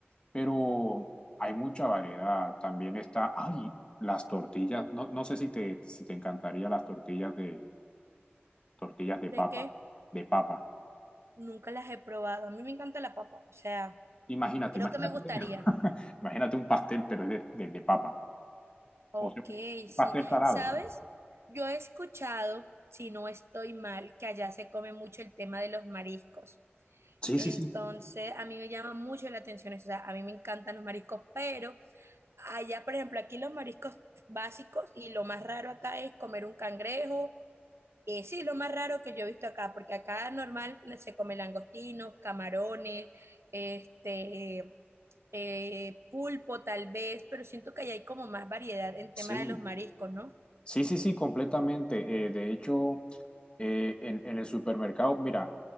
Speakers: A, on the left (about 25°); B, on the right (about 85°).
A: pero hay mucha variedad. También está, ay, las tortillas, no, no sé si te, si te encantaría las tortillas de, tortillas de
B: ¿De
A: papa,
B: qué?
A: de papa.
B: Nunca las he probado. A mí me encanta la papa, o sea,
A: Imagínate,
B: creo
A: imagínate,
B: que me gustaría.
A: <laughs> imagínate un pastel, pero es de, de- de papa.
B: Ok,
A: O sea, un
B: sí.
A: pastel salado.
B: ¿Sabes? Yo he escuchado, si no estoy mal, que allá se come mucho el tema de los mariscos.
A: Sí,
B: Entonces,
A: sí, sí.
B: a mí me llama mucho la atención eso. O sea, a mí me encantan los mariscos, pero... Allá, por ejemplo, aquí los mariscos básicos y lo más raro acá es comer un cangrejo. Eh, sí, lo más raro que yo he visto acá, porque acá normal se come langostinos, camarones, este, eh, pulpo tal vez, pero siento que allá hay como más variedad en
A: Sí,
B: tema de los mariscos, ¿no?
A: sí, sí, sí, sí, completamente. Eh, de hecho, eh, en, en el supermercado, mira,